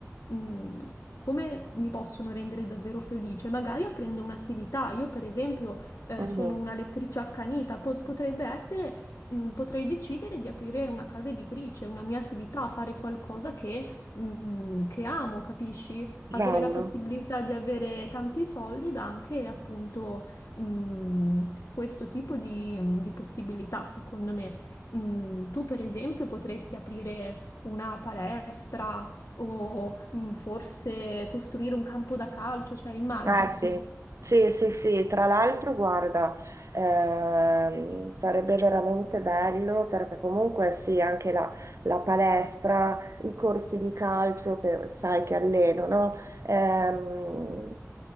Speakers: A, on the left (about 75°); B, on the right (about 70°).
A: mh, come mi possono rendere davvero felice, magari aprendo un'attività. Io, per esempio, eh,
B: Mhm.
A: sono una lettrice accanita, po- potrebbe essere, mh, potrei decidere di aprire una casa editrice, una mia attività, fare qualcosa che, mh, che amo, capisci?
B: Bello.
A: Avere la possibilità di avere tanti soldi dà anche appunto, mh, questo tipo di, mm, di possibilità, secondo me. Mh, tu, per esempio, potresti aprire una palestra o, mh, forse costruire un campo da calcio, cioè immaginati.
B: Ah sì, sì, sì, sì. Tra l'altro, guarda, ehm, sarebbe veramente bello perché comunque sì, anche la, la palestra, i corsi di calcio che sai che alleno, no? Ehm,